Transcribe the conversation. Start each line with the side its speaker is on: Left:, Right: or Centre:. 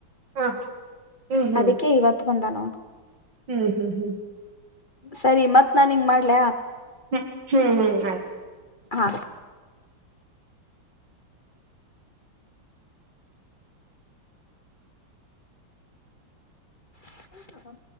Right: ಹಾ ಹ್ಮ್ ಹ್ಮ್
Left: ಅದಕ್ಕೆೇ ಇವತ್ತು ಬಂದಾನು
Right: ಹ್ಮ್ ಹ್ಮ್ ಹ್ಮ್
Left: ಸರಿ ಮತ್ ನಾನ್ ನಿಂಗ್ ಮಾಡ್ಲ
Right: ಹ್ಮ್ ಹ್ಮ್ ಹ್ಮ್ ಆಯ್ತು
Left: ಹಾ ಹಕ